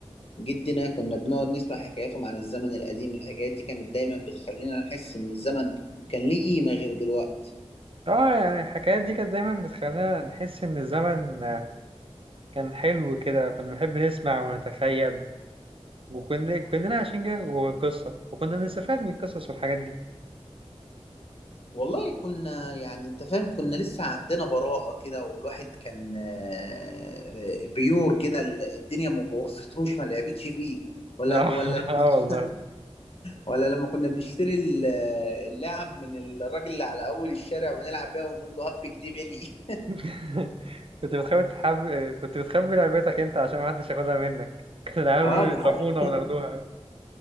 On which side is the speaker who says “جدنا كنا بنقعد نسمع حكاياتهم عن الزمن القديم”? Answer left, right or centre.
Left